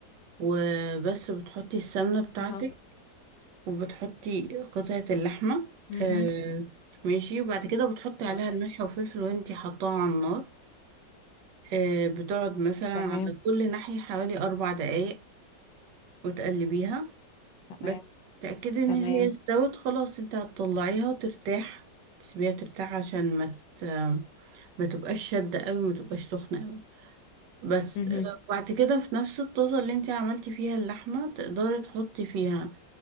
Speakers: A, on the right; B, on the left.
A: وبس بتحطي السمنه بتاعتك
B: اهو
A: وبتحطي قطعة اللحمة
B: مهم.
A: آه ماشي وبعد كده بتحطي عليها
B: تمام
A: الملح والفلفل وانتي حطاها على النار آه بتقعد مثلا على
B: تمام
A: كل ناحية حوالي أربع دقايق وتقلبيها
B: تمام
A: بس تأكدي إن
B: تمام
A: هي استوت خلاص انتي هتطلعيها وترتاح تسيبيها ترتاح عشان ما ت... ما تبقاش شدة قوي ما تبقاش سخنة قوي بس
B: مهم.
A: آه، وبعد كده في نفس الطاسة اللي انتي عملتي فيها اللحمة تقدري تحطي فيها